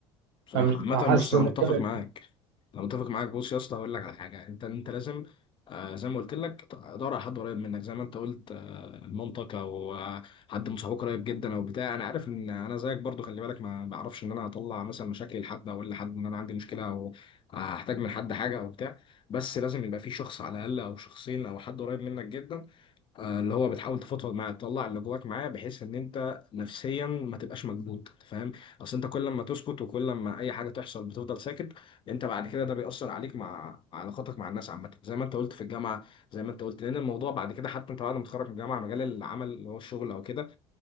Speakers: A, on the left; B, on the right.
A: صح
B: فمش
A: عامة
B: حاسس
A: بص انا
B: ان
A: متفق
B: كده
A: معاك انا متفق معاك بص يا اسطى هقول لك على حاجة انت انت لازم آه زي ما قلت لك تدور على حد قريب منك زي ما انت قلت آه مامتك او آه حد من صحابك قريب جدا او بتاع انا عارف ان انا زيك برضو خلي بالك ما بعرفش ان انا اطلع مثلا مشاكل لحد او اقول لحد ان انا عندي مشكلة او هحتاج من حد حاجة او بتاع بس لازم يبقى في شخص على الاقل او شخصين او حد قريب منك جدا آه، اللي هو بتحاول تفضفض معاه تطلع اللي جواك معاه بحيث ان انت نفسيا ما تبقاش مكبوت فاهم اصل انت كل ما تسكت وكل ما اي حاجه تحصل بتفضل ساكت انت بعد كده ده بيأثر عليك مع مع علاقاتك مع الناس عامه زي ما انت قلت في الجامعه زي ما انت قلت لان الموضوع بعد كده حتى انت بعد ما تتخرج من الجامعه مجال العمل اللي هو الشغل او كده